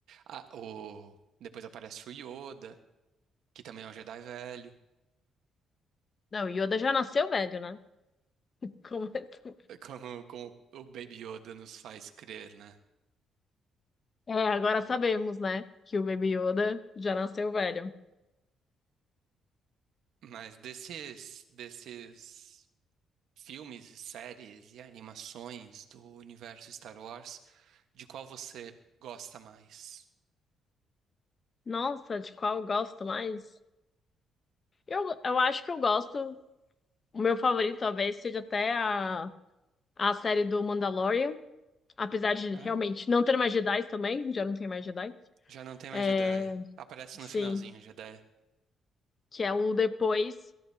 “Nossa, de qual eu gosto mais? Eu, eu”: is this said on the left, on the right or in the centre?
Left